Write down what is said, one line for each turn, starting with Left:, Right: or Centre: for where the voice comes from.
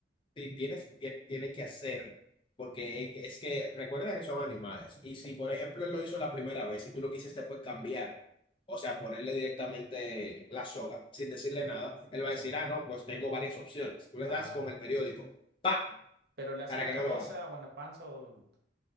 Left: sí, tienes, tie- tiene que hacerlo. Porque es que recuerda que son animales. Y si, por ejemplo, él lo hizo la primera vez y tú lo que hiciste fue cambiar, o sea, ponerle directamente la soga sin decirle nada, él va
Right: sí.
Left: a decir, ah, no, pues tengo varias opciones. Tú le
Right: Ah,
Left: das con el periódico, pa,
Right: pero le hacen
Left: para
Right: la
Left: que
Right: cabeza
Left: no lo haga.
Right: o en la panza o...